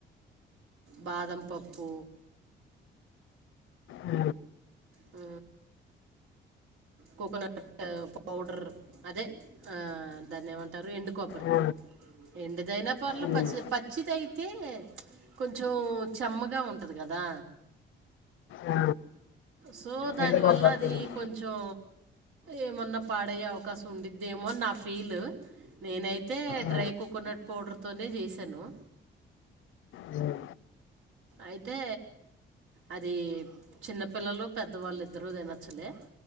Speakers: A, on the right (about 85°); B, on the left (about 80°).
A: బాదం పప్పు
B: ఆ,
A: ఆ కోకోనట్ పౌడర్ అదే దాన్ని ఏమంటారు ఎండు కొబ్బరి
B: ఆ,
A: ఎండుదైనా పర్ల
B: ఉమ్,
A: పచ్చి పచ్చిది అయితే కొంచెం చెమ్మగా ఉంటుంది గదా
B: ఆ,
A: సో దాని
B: ఎండు కొబ్బరి
A: వల్ల అది
B: తురుము.
A: కొంచెం ఏమన్నా పాడయ్యే అవకాశం ఉండింద్దేమో అని నా ఫీలూ నేనైతే డ్రై
B: ఆ,
A: కోకోనట్ పౌడర్తోనే చేశాను
B: ఉమ్,
A: అయితే అది చిన్నపిల్లలు పెద్దవాళ్ళిద్దరూ తినచ్చులే